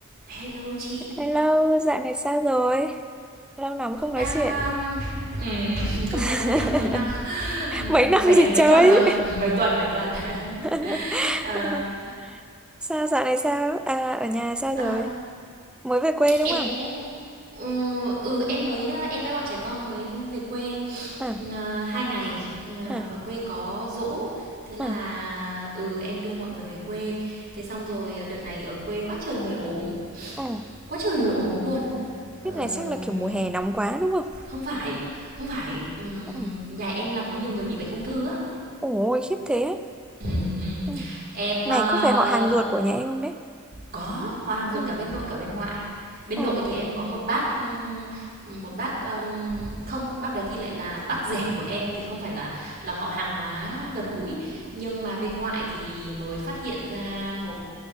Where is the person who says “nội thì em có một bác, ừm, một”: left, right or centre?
Right